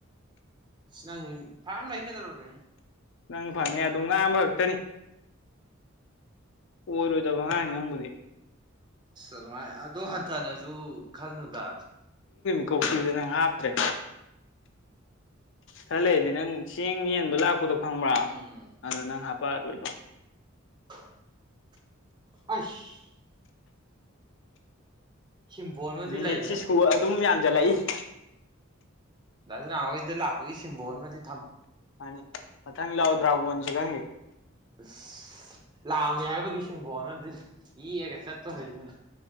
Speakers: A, on the right; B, on the left.
A: ꯅꯪ ꯐꯥꯝ ꯂ ꯂꯩ ꯀꯗ ꯑꯣꯔꯒ
B: ꯅꯪ ꯐꯪꯉꯦ ꯑꯗꯨꯝ ꯉꯥꯡꯝꯕ ꯈꯛꯇꯅꯤ ꯑꯣꯗꯕꯉ ꯉꯕꯨꯗꯤ
A: ꯑꯃꯥꯏ ꯑꯗꯣ ꯍꯟꯊꯅꯁꯨ ꯈꯜꯅꯨꯗ
B: ꯀꯧꯊꯤꯗꯨ ꯅꯪ ꯍꯥꯞꯇ꯭ꯔꯦ ꯈꯜꯂꯛꯏꯗꯤ ꯅꯪ ꯆꯦꯡ ꯌꯦꯟꯗꯣ ꯂꯥꯛꯄꯗꯣ ꯈꯪꯕ꯭ꯔꯥ
A: ꯎꯝ
B: ꯑꯗ ꯅꯪ ꯍꯥꯄꯛꯑꯔꯣꯏꯗꯣ
A: <unintelligible> ꯁꯤꯝꯕꯣꯜ ꯑꯃꯗꯤ
B: ꯃꯤꯅꯤꯠꯁꯤ
A: ꯂꯩꯍꯦ
B: ꯁꯨꯕ ꯑꯗꯨꯝ ꯌꯥꯝꯖꯜꯂꯛꯏ
A: ꯂꯅꯅꯥꯋꯥ ꯏꯗ ꯂꯥꯛꯄꯣꯏꯒꯤ ꯁꯤꯚꯣꯟ ꯃꯗꯤ
B: ꯍꯥꯏꯅꯤ ꯃꯊꯪ ꯂꯥꯛꯑꯣꯗ꯭ꯔꯥꯕꯟꯁꯤ ꯈꯪꯒꯦ
A: ꯑ ꯂꯥꯛꯑꯝꯃꯦ ꯍꯥꯏꯕꯒꯤ ꯁꯤꯕꯣꯅꯗꯤ ꯌꯦꯛꯑꯒ ꯆꯠꯇꯣꯔꯤꯁꯤ